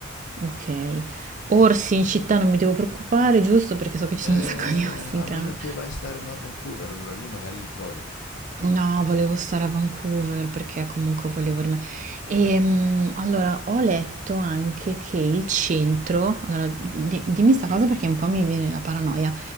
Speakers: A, on the right; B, on the left.
A: Ok. Orsi in città non mi devo preoccupare, giusto? Perché so che
B: Eh,
A: ci sono un sacco di orsi
B: a
A: in
B: meno
A: Canada.
B: che vai a stare a North Vancouver, allora lì magari li trovi.
A: No, volevo stare a Vancouver perché comunque volevo rimanere. E mm, allora ho letto anche che il centro, allora di- dimmi sta cosa perché un po' mi viene la paranoia,